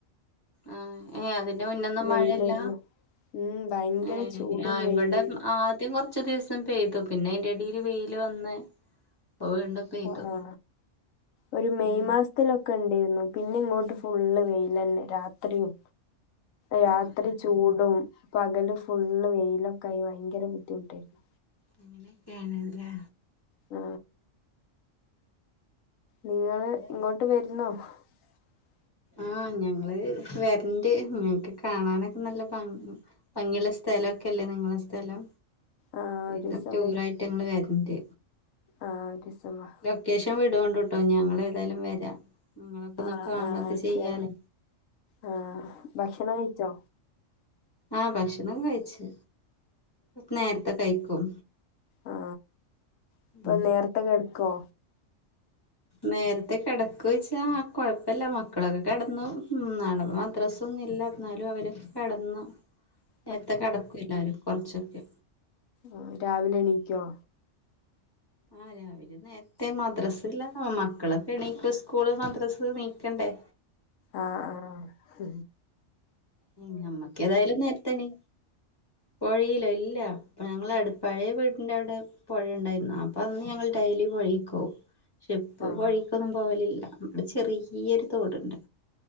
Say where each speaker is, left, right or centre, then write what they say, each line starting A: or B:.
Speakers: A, on the left; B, on the left.
A: ആ ഏ അതിന്റെ മുന്നൊന്നും
B: വെയിലായിരുന്നു
A: മഴയില്ല
B: ഉം ഭയങ്കര
A: ഏ
B: ചൂടും
A: ആ
B: വെയിലായിരുന്നു
A: ഇവിടം ആ ദ്യം കൊറച്ച് ദിവസം പെയ്തു പിന്നെ അയിന്റെടീൽ വെയില് വന്ന് പ്പൊ വീണ്ടും പെയ്തു
B: അ ആ ഒരു മെയ്
A: ഉം
B: മാസ് ത്തിലൊക്കെണ്ടെയ്രുന്നു പിന്നെ ഇങ്ങോട്ട് ഫുള്ള് വെയിലന്നെ രാത്രിയും രാത്രി
A: ആഹ്
B: ചൂടും പകല് ഫുള്ള് വെയിലൊക്കായി ഭയങ്കര ബുദ്ധിമുട്ടേരുന്നു
A: അങ്ങനൊക്കേണ് ലേ
B: ആ നിങ്ങള്
A: മഴേ
B: ഇങ്ങോട്ട് വരുന്നോ
A: ഉം
B: <inaudible>
A: ആ ഞങ്ങള് വരണ്ട് ഞങ്ങക്ക് കാണാനൊക്കെ നല്ല ഭ ഭംഗിള്ള സ്ഥേലൊക്കല്ലേ നിങ്ങള സ്ഥലം
B: ആഹ് ഒരീസം
A: ഇത് ടൂറായിട്ട് ഞങ്ങള് വരണ്ട്
B: ആ ഒരീസം വാ
A: ലൊക്കേഷൻ വിടോണ്ടുട്ടോ ഞങ്ങളേതായാലും വരാ നിങ്ങളൊക്കെ
B: ആഹ്
A: ഒന്ന് കാണൊക്കെ
B: ആഹ്
A: ചെയ്യാലൊ
B: ചെ ആഹ് ഭക്ഷണം കഴിച്ചോ
A: ആ ഭക്ഷണം കഴിച്ച് നേരത്തെ കഴിക്കും
B: ആ ഇപ്പൊ
A: ഉം
B: നേരത്തെ ക്കെടക്കോ
A: നേരത്തെ കെടക്കോയ്ച്ചാ കൊഴപ്പല്ല മക്കളൊക്കെ കിടന്നു നാളെ പ്പൊ മദ്രസ പ്പൊന്നില്ലാ ന്നാലും അവരൊക്കെ കെടന്നു
B: <inaudible>
A: നേരത്തെ കെടക്കു എല്ലാരും കൊറച്ചൊക്കെ
B: ഉം രാവിലെ എണീക്കോ?
A: ആ രാവിലെ നേര ത്തെ മദ്രസ്സ്ല്ല മക്കളൊക്കെ എണീക്കും സ്കൂള് മദ്രസ് നീക്കണ്ടേ?
B: ആ ആ ആ
A: ഉം നമ്മക്കേതായാലും നേരത്തെ എണീ പൊഴയിലല്ലാ പ്പൊഞങ്ങളട് പഴയ വീടിന്റെ അവിടെ പുഴ ഉണ്ടായിരുന്നു അപ്പൊ അന്ന് ഞങ്ങൾ ഡെയ്ലി പൊഴേക്ക് പോവും ക്ഷെ ഇപ്പൊ
B: ആഹ്
A: പൊഴീക്കൊന്നും പോവലില്ല വിടെ ചെറിയൊരു തോടുണ്ട്